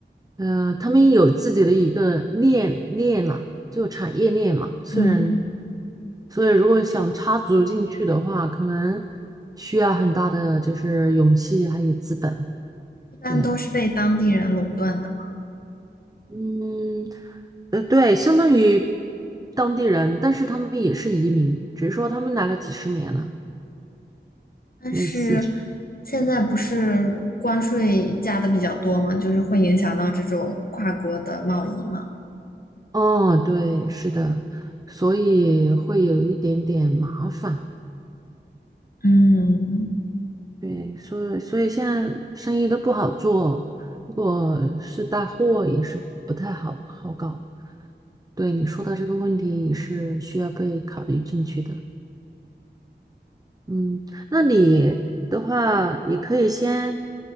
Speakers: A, on the right (about 20°); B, on the left (about 50°).
A: 呃，他们有自己的一个链链了，就产业链嘛。虽然，
B: 嗯，
A: 所以如果想插足进去的话，可能需要很大的就是勇气还有资本。
B: 一般都是被当地人垄断的嘛。
A: 对，嗯，呃，对，相当于当地人，但是他们也是移民，只是说他们来了几十年了。
B: 但是
A: 类似这，
B: 现在不是关税加的比较多嘛，就是会影响到这种跨国的贸易嘛。
A: 哦，对，是的，所以会有一点点麻烦，
B: 嗯。
A: 对，所以所以现在生意都不好做，如果是带货也是不太好好搞。对，你说到这个问题也是需要被考虑进去的。嗯，那你的话也可以先，